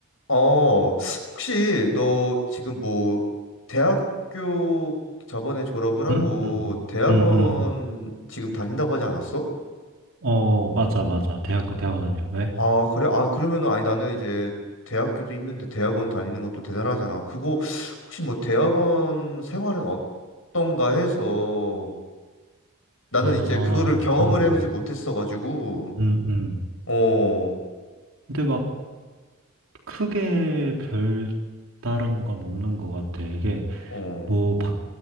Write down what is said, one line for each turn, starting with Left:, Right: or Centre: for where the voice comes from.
Left: 어, 혹시 너 지금 뭐 대학교 저번에 졸업을 하고
Right: 응? 응,
Left: 대학원
Right: 응, 응.
Left: 지금 다닌다고 하지 않았어?
Right: 어, 맞아, 맞아. 대학교, 대학원 아니야. 왜?
Left: 아, 그래? 아, 그러면은 아니 나는 이제 대학교도 힘든데 대학원 다니는 것도 대단하잖아. 그거 혹시 뭐 대학원 생활은 어떤가 해서 나는
Right: 아,
Left: 이제 그거를 경험을
Right: 음,
Left: 해보지 못했어가지고
Right: 음, 음.
Left: 어,
Right: 근데 막 크게 별다른 건 없는 것 같아. 이게
Left: 어,
Right: 뭐, 박,